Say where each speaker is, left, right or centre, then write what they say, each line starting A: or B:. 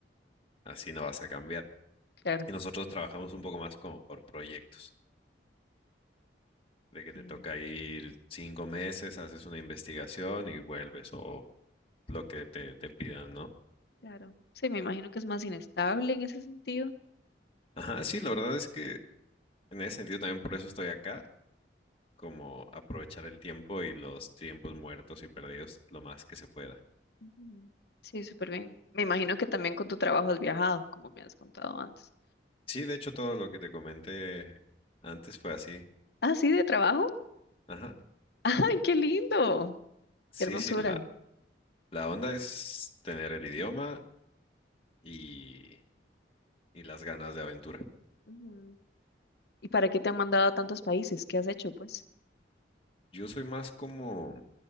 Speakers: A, on the left; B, on the left.
A: así no vas a cambiar.
B: Claro.
A: Y nosotros trabajamos un poco más como por proyectos, de que
B: Sí.
A: te toca ir cinco meses, haces una investigación y vuelves o lo que te, te pidan, ¿no?
B: Claro. Sí, me imagino que es más inestable en ese sentido.
A: Ajá, sí, la verdad es que en ese sentido también por eso estoy acá, como aprovechar el tiempo y los tiempos muertos y perdidos lo más que se pueda.
B: Ujú. Sí, súper bien. Me imagino que también con tu trabajo has viajado, como me has contado antes.
A: Sí, de hecho todo lo que te comenté antes fue así.
B: Ah, sí, de trabajo.
A: Ajá.
B: <laughs> ¡Ay, qué lindo!
A: Sí,
B: ¡Qué hermosura!
A: sí, la, la onda es tener el idioma y, y las ganas de aventura.
B: Ujú. ¿Y para qué te han mandado a tantos países? ¿Qué has hecho, pues?
A: Yo soy más como